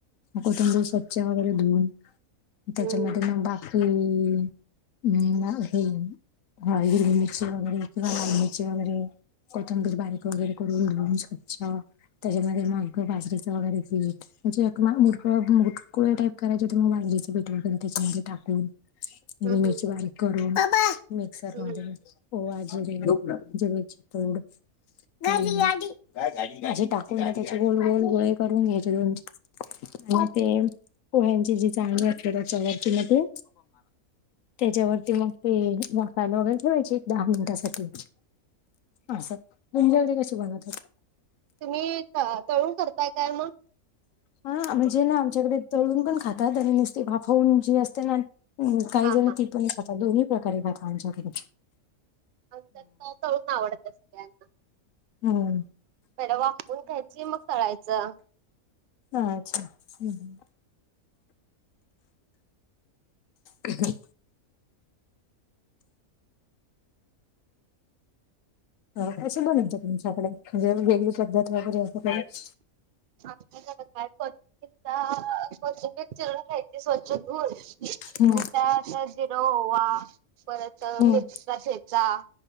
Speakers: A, on the left; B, on the right.
A: कोथिंबीर स्वच्छ वगैरे धुऊन त्याच्यामध्ये
B: हम्म
A: मग बाकी अं हे हीरवी मिरची वगैरे, लाल मिरची वगैरे कोथंबीर बारीक वगैरे करून घालून स्वच्छ, त्याच्यामध्ये मग बाजरीचं वगैरे पीठ म्हणजे क मुरकुळे टाईप करायचे, तुमग बांधायं पेट त्याच्यामध्ये टाकून हिरवी
B: हम्म
A: मिरची
B: हम्म
A: बारीक करून मिक्सर
B: हम्म
A: मध्ये ओवा, जीरे, जीरेची पुड <unintelligible> टाकून घ्या त्याचे गोल गोल गोळे करून घ्यायचे दोन आणि ते पोह्यांची जी चाळणी असते त्याच्या वरती मग ते त्याच्यावरती मग ते वाफवायला वगैर ठेवायची, एक दहा मिनिटासाठी. अस तुमच्याकडे कशी बनवतात?
B: तुम्ही तळून करताय काय मग?
A: हा म्हणजे ना आमच्याकडे तळून पण खातात आणि नुसती वाफवून जे असते ना काही
B: हा
A: जण
B: हा
A: ती पण खातात, दोन्ही प्रकारे खातात आमच्याकडे.
B: आमच्यात तळून आवडतात सगळ्यांना.
A: हम्म
B: मला वाफून घ्यायची, मग तळायचं
A: अच्छा हम्म ह अ कशी बणवतात तुमच्याकडे, म्हणजे वेगळी पद्धत वगैरे अस
B: आमच्याकडं काय कोथिंबीर चिरुण घ्यायची स्वच्छ धून आणि
A: हम्म
B: त्या असं जिर, ओवा, परत
A: हम्म
B: मिरचा ठेचा-